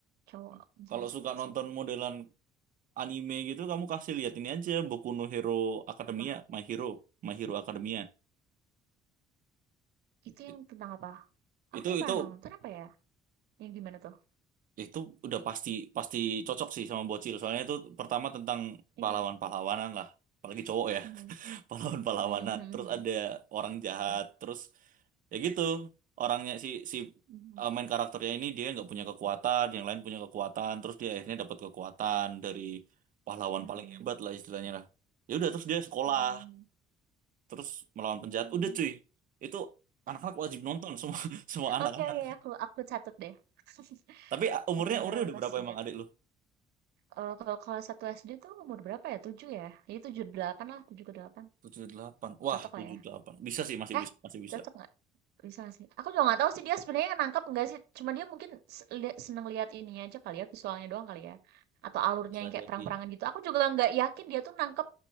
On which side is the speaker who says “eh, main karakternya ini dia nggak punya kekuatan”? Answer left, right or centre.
Right